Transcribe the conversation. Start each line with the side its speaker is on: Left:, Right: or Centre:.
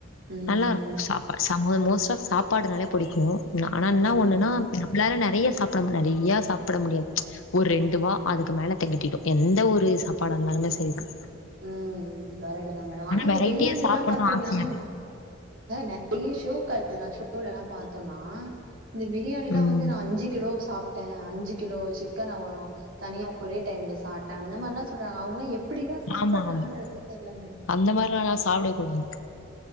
Right: ம்
Left: நல்லா இரு சாப்பாடு ச மோ மோஸ்ட்டா சாப்பாடுனாலே பிடிக்கு ஆனா இன்னா
Right: ம்
Left: ஒண்ணுனா நம்மளால நெறைய சாப்பிட முடியா நெறைய சாப்பிட முடியாது ஒரு ரெண்டு வா அதுக்கு மேல தெகட்டிடு எந்த ஒரு சாப்பாடாந்தாலுமே செரிதா
Right: ம் ம் கரைட்டுதா மேடம் ஆனா இந்த
Left: வெரைட்டியா
Right: பிரியாணில்லா
Left: சாப்பிடணும்
Right: பாத்தீங்னா
Left: ஆசையா
Right: நெறைய ஷோ <unintelligible> ஷோலலா பாத்தோனா இந்த பிரியாணி
Left: இருக்கும்
Right: எல்லா
Left: ம்
Right: வந்து நா அஞ்சு கிலோ சாப்ட்டே அஞ்சு கிலோ சிக்கன நா ஒ தனியா ஒரே டைம்ல சாப்ட்டே அந்த மார்லா சொல்றாங்க அவுங்களா எப்படிதா சாப்பிட்றாங்கன்றதே
Left: ஆமா ஆமா
Right: தெர்ல மேடம்
Left: அந்த மார்லா நா சாப்ட கூடாது